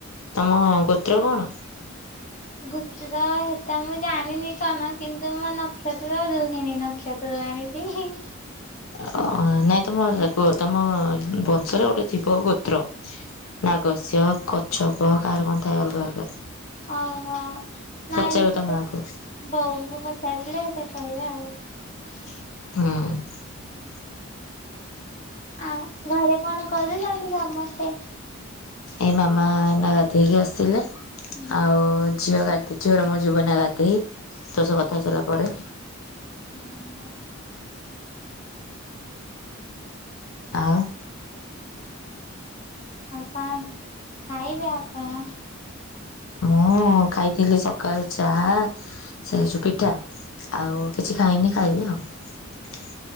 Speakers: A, on the left; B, on the left.
A: ହଁ ଗୋତ୍ର କଣ?
B: ଗୁତ୍ର ହେଟା ମୁଁ ଜାଣିନି କଣ, କିନ୍ତୁ ମୋ ନକ୍ଷତ୍ର ରୁହିଣୀ ନକ୍ଷତ୍ର ଜାଣି ଜାଣିଚି
A: ଅ ନାଇଁ ତମର ତମ ବଂଶରେ ଗୋଟେ ଥିବ ଗୋତ୍ର। ନାଗଶ୍ୟ, କଚ୍ଛପ କାହାର କଣ ଥାଏ? ଅଲଗା ଅଲଗା
B: ଓ ହୋ ନାଇଁ
A: ପଚାରିବ
B: ସେ
A: ତା ମାଆକୁ
B: ବୋଉଙ୍କୁ ପଚାରିଲେ ସେ କହିବ ଆଉ।
A: ହୁଁ।
B: ଆଉ ଘରେ କଣ କରୁଛନ୍ତି ସମସ୍ତେ?
A: ଏ ମାମା ଏଇନା ଗାଧେଇକି ଆସିଲା।
B: ହୁଁ।
A: ଆଉ ଝିଅ ଗାଧୋଇ ଝିଅର ମୋ ଯିବୁ ଏଇନା ଗାଧେଇ। ତୋ ସାଙ୍ଗେ କଥା ହେଇ ସାଇଲା ପରେ।
B: ଓହୋ
A: ଆଉ।
B: ଆଉ କଣ ଖାଇବେ ଆପଣ?
A: ମୁଁ ଖାଇଥିଲି ସକାଳେ ଚା ସେ <unintelligible> ପିଠା। ଆଉ କିଛି ଖାଇନି, ଖାଇବି ଆଉ